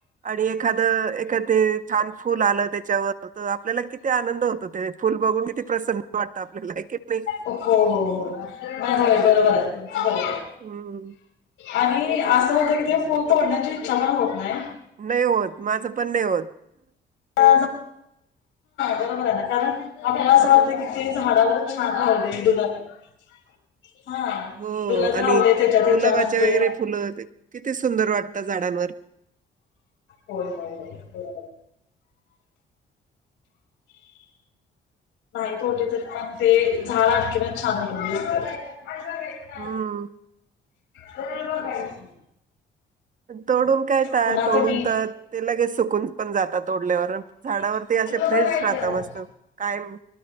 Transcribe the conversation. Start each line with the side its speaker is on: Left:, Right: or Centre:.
Right: आणि एखादं एखादे छान फुल आलं त्याच्यावर तर आपल्याला किती आनंद होतो ते. फुल बघून किती प्रसन्न वाटतं आपल्याला कि नही.
Left: हो हो हो, आणि होय बरोबर आहे तुमच बरोबरं.
Right: हूं!
Left: आणि असं होतं की ते फुल तोडण्याची इच्छा पण होत नाही.
Right: नही होत, माझं पण नही होत.
Left: ह बरोबर आहे ना, कारण आपल्याला असं वा <unintelligible> कि ते झाडावर छान ठवले दुला <unintelligible> हा
Right: हो
Left: डुलत
Right: आणि
Left: राहू दे त्याच्या त्याच्या
Right: गुलाबाचे
Left: म्हणजे
Right: वगैरे फुलं ते किती सुंदर वाटता झाडांवर
Left: हो हो हो बरोबर ये माहीत होतंत पण ते झाड आणखीनच छान उठून दिसतं अल बघायच नाही
Right: हम्म
Left: तर बघायचं.
Right: तोडून काय ते
Left: पुन्हा
Right: तोडून
Left: तुम्ही
Right: तर ते लगेच सुकून पण जातात तोडल्यावर झाडावर
Left: इकडं
Right: ते असे फ्रेश
Left: बघायचं.
Right: राहता मस्त कायम